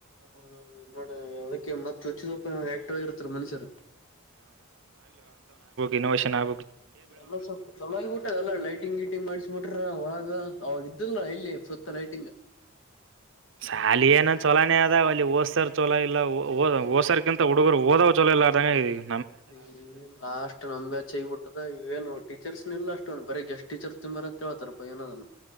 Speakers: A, on the left; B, on the right.
A: ಹೌದೌದು ನೋಡ ಅದಕ್ಕೆ ಮತ್ತೆ ಚುಚ್ಚಪ್ಪ ಆಕ್ಟಗರುತ್ತಲ್ಲ ಮನುಷ್ಯರು
B: ಇನೋಷನ್ ಆ
A: ಎಲ್ಲ ಸ್ವಲ್ಪ ಚಲಾಗಿಬಟ್ಟದೆಲ್ಲ ಲೈಟಿಂಗ್ ವೀಟಂಗ ಮಾಡಸ ಮಿಟ್ರ ಒಳಗ ಅವಾಗ ಇದ್ದಲ್ ಇಲ್ಲಿ ಸುತ್ತ ಲೈಟಿಂಗ್
B: ಶಾಲಿ ಏನಂದ ಚೊಲೋನೇ ಅದ ಅಲ್ಲಿ ಓದ್ತಾರ ಚಲೋ ಇಲ್ಲ ಹಓದ ಓಸರ್ಗಿಂತ ಹುಡುಗರುಓದ್ ಜಲ ಇ ಆದಂಗ ಇದ ಈಗ
A: ಅದ ಲಾಸ್ಟ್ ನಮ್ಚ್ ಹಗಬಿಟ್ಟದ ಇವಏನು ಟೀಚರ್ಸ್ ನಿಲ್ಲ ಅಷ್ಟ ಬರಿ ಎಸ್ ಟಚರ್ ತಂಬರ ಅಂತೇತಾರಪ್ಪ ಏನದನ್